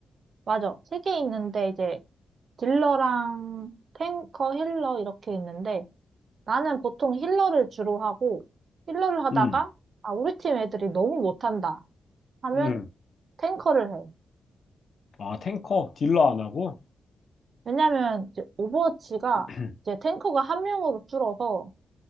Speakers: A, on the right; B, on the left.
A: 맞아. 세 개 있는데 이제 딜러랑 탱커, 힐러 이렇게 있는데 나는 보통 힐러를 주로 하고 힐러를 하다가
B: 음.
A: 아, 우리 팀 애들이 너무 못한다 하면
B: 음.
A: 탱커를 해.
B: 아, 탱커, 딜러 안 하고?
A: 왜냐면 이제 오버워치가
B: <clears throat>
A: 이제 탱커가 한 명으로 줄어서